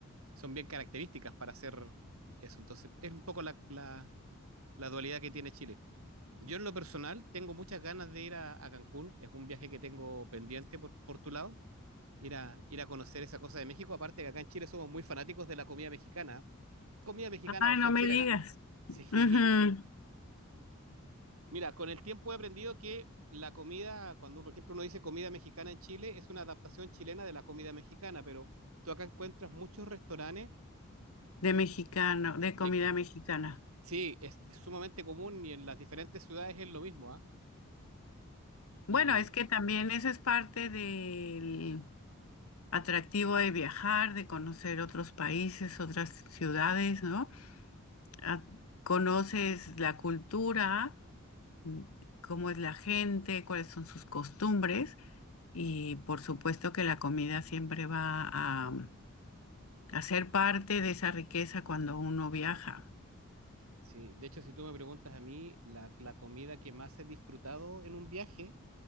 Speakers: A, on the right; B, on the left.
A: son bien características para hacer eso. Entonces, es un poco la, la- la dualidad que tiene Chile. Yo en lo personal tengo muchas ganas de ir a, a Cancún. Es un viaje que tengo pendiente por, por tu lado. Ir a, ir a conocer esa cosa de México. Aparte que acá en Chile somos muy fanáticos de la comida mexicana. Comida mexicana
B: Ay,
A: versión
B: no me
A: chilena.
B: digas.
A: <laughs> Sí.
B: Ujú.
A: Mira, con el tiempo he aprendido que la comida, cuando por ejemplo uno dice comida mexicana en Chile, es una adaptación chilena de la comida mexicana, pero tú acá encuentras muchos restaurantes
B: de mexicano, de
A: de...
B: comida mexicana.
A: Sí, es, es sumamente común y en las diferentes ciudades es lo mismo, ¿ah? Y
B: Bueno, es que también eso es parte del atractivo de viajar, de conocer otros países, otras ciudades, ¿no? Ah, conoces la cultura, mm, cómo es la gente, cuáles son sus costumbres y por supuesto que la comida siempre va a, mm, a ser parte de esa riqueza cuando uno viaja.
A: sí, de hecho, si tú me preguntas a mí, la, la comida que más he disfrutado en un viaje,